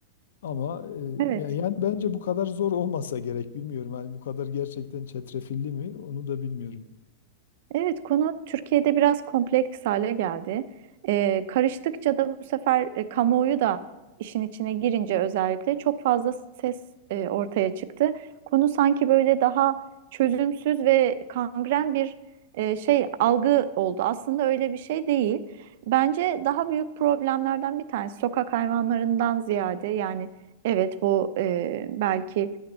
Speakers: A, on the left; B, on the right.
A: Ama e,
B: Evet.
A: ya- yani bence bu kadar zor olmasa gerek bilmiyorum. Yani bu kadar gerçekten çetrefilli mi onu da bilmiyorum.
B: Evet, konu Türkiye'de biraz kompleks hale geldi. Ee, karıştıkça da bu sefer e, kamuoyu da işin içine girince özellikle çok fazla ses e, ortaya çıktı. Konu sanki böyle daha çözümsüz ve kangren bir e, şey algı oldu. Aslında öyle bir şey değil. Bence daha büyük problemlerden bir tanesi sokak hayvanlarından ziyade yani evet bu e, belki